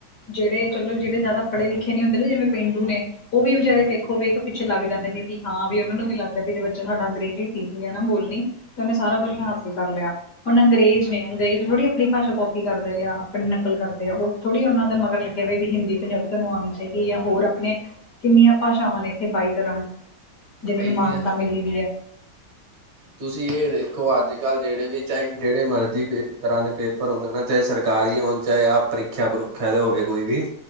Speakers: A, on the left; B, on the right.
A: ਜਿਹੜੇ ਚਲੋ ਜਿਹੜੇ ਜਾਦਾ ਪੜ੍ਹੇ ਲਿਖੇ ਨੀ ਹੁੰਦੇ ਨਾ ਜਿਵੇ ਪੇਂਡੂਨੇ ਉਹ ਵੀ ਵਿਚਾਰੇ
B: ਹਾਂਜੀ
A: ਵੇਖੋ ਵੇਖ ਪਿੱਛੇ ਲੱਗ ਜਾਂਦੇ ਨੇ ਵੀ ਹਾਂ ਵੀ ਉਹਨਾਂ ਨੂੰ ਵੀ ਲੱਗਦਾ ਵੀ ਜ ਬੱਚਾ ਸਾਡਾ ਅੰਗਰੇਜ਼ੀ ਸਿੱਖ ਗਿਆ ਨਾ ਬੋਲਣੀ। ਤੇ ਉਹਨੇ ਸਾਰਾ
B: ਉਹ
A: ਕੁਝ ਹਾਸਿਲ ਕਰ ਲਿਆ। ਹੁਣ ਅੰਗਰੇਜ਼ ਨੇ ਅੰਗਰੇਜ਼ ਥੋੜ੍ਹੀ ਆਪਣੀ ਭਾਸ਼ਾ ਕੋਪੀ ਕਰਦੇ ਆ ਆਪਣੀ ਨਕਲ ਕਰਦੇ ਉਹ ਥੋੜ੍ਹੀ ਉਹਨਾਂ ਦਾ ਮਗਰ ਲੱਗੇ ਹੋਏ ਵੀ ਹਿੰਦੀ ਪੰਜਾਬੀ ਤੁਹਾਨੂੰ ਆਉਣੀ ਚਾਹੀਦੀ ਜਾ ਹੋਰ ਆਪਣੇ ਕਿਨੀਆ ਭਾਸ਼ਾਵਾ ਨੇ ਇਥੇ ਬਾਈ ਤਰ੍ਹਾਂ ਦੀ ਜਿਹਨਾਂ
B: ਇਹੀ
A: ਨੂੰ ਮਾਨਤਾ ਮਿਲੀ ਵੀ ਹੈ।
B: ਤੁਸੀ ਇਹ ਦੇਖੋ ਅਜ ਕਲ ਜਿਹੜੇ ਵੀ ਚਾਹੇ ਜਿਹੜੇ ਮਰਜ਼ੀ ਤਰ੍ਹਾ ਦੇ ਪੇਪਰ ਹੁੰਦੇ ਨਾ ਚਾਹੇ ਸਰਕਾਰੀ ਹੋ ਚਾਹੇ ਆਪ ਪ੍ਰੀਖਿਆ-ਪ੍ਰੂਖਿਆ ਤੇ ਹੋਵੇ ਕੋਈ ਵੀ।